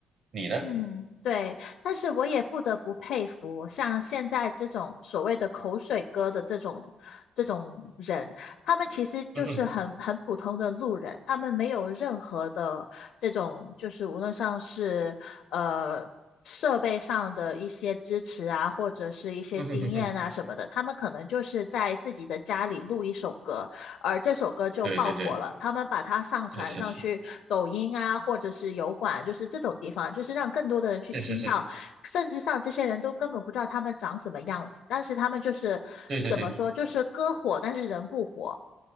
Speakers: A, on the right; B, on the left.
A: 你呢？
B: 嗯，对，但是我也不得不佩服，像现在这种所谓的口水歌的这种这种人，他们其实就是很很普通的路人，
A: 嗯哼，
B: 他们没有任何的这种，就是无论上是呃设备上的一些支持啊，或者是一些经验啊什么的，
A: 嗯哼哼哼，
B: 他们可能就是在自己的家里录一首歌，而这首歌就爆火了。
A: 对对对，
B: 他们把它上传上去抖音啊，
A: 是是是
B: 或者是油管，就是这种地方，就是让更多的人去听到。
A: 是是是，
B: 甚至上这些人都根本不知道他们长什么样子，但是他们就是怎么说，
A: 对对对，
B: 就是歌火，但是人不火。